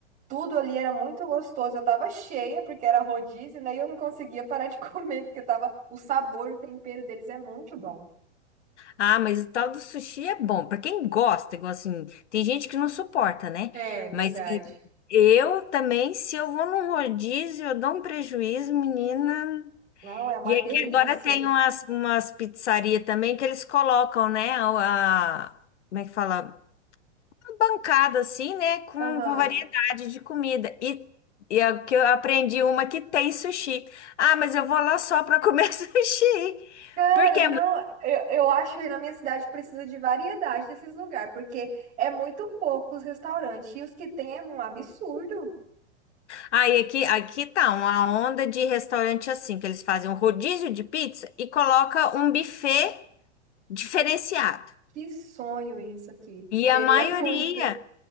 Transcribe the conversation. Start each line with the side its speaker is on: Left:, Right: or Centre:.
Right: Tudo ali era muito gostoso. Eu tava cheia porque era rodízio, né? E eu não conseguia parar de <laughs> comer porque tava o sabor, o tempero deles é muito bom.
Left: Ah, mas o tal do sushi é bom. Pra quem gosta, igual assim, tem gente que não suporta, né?
Right: É, verdade.
Left: Mas e- eu também, se eu vou num rodízio, eu dou um prejuízo, menina.
Right: Não, é uma
Left: E é
Right: delícia.
Left: que agora tem umas, umas pizzarias também que eles colocam, né? A, a- como é que fala? Uma bancada assim, né? Com,
Right: Aham.
Left: com variedade de comida. E, e a, que eu aprendi uma que tem sushi. Ah, mas eu vou lá só para comer <laughs> sushi.
Right: Cara,
Left: Por quê?
Right: não, eu, eu acho que na minha cidade precisa de variedade desses lugares, porque é muito pouco os restaurantes, e os que tem é um absurdo.
Left: Aí aqui, aqui tá uma onda de restaurante assim, que eles fazem um rodízio de pizza e coloca um buffet diferenciado.
Right: Que sonho isso aqui.
Left: E
Right: Queria
Left: a maioria.
Right: <laughs> muito.